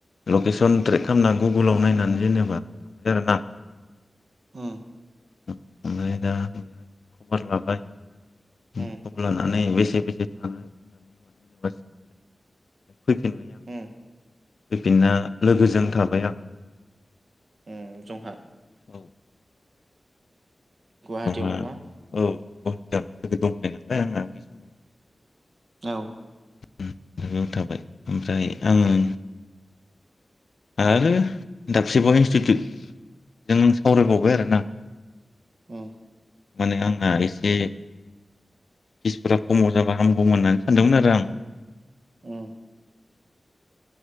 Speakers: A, on the left; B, on the right.
A: लकेसन ट्रेक खालामना गुगोलाव नायनानै जेनेबा जागोनना।
B: ओ।
A: ओमफ्राय दा खबर लाबाय।
B: उम
A: खबर लानानै बेसे बेसे थाङो <unintelligible> फैफिनबाय आं।
B: उम
A: बिदिनो लोगोजों थाबाय आं।
B: ओम जंहा
A: औ
B: गुवाहाटि
A: जोंहा
B: आव ना?
A: औ गुवाहाटियावनो लोगो दंखायो नालाय आंहा बै समाव।
B: औ
A: बे बेयाव थाबाय ओमफ्राय आङो आरो दाबसेबाव इन्स्टिटिउट जों सावरायबावबाय आरोना।
B: ओ
A: माने आंना एसे फिसफोरा खमाव जाबा हामगौमोन होननानै सानदोंमोन आरो आं।
B: ओ